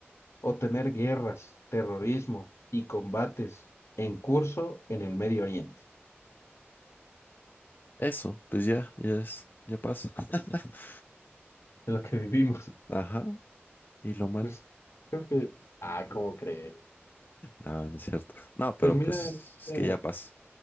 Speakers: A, on the left; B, on the left.
A: ¿O tener guerras, terrorismo y combates en curso en el Medio Oriente?
B: Eso, pues ya, ya es, ya pasa. <laughs>
A: De lo que vivimos. <laughs>
B: Ajá. Y lo malo.
A: Pues creo que... Ah, ¿cómo cree?
B: No, no es cierto. No, pero
A: Pues mira,
B: pues es
A: eh,
B: que ya pasa.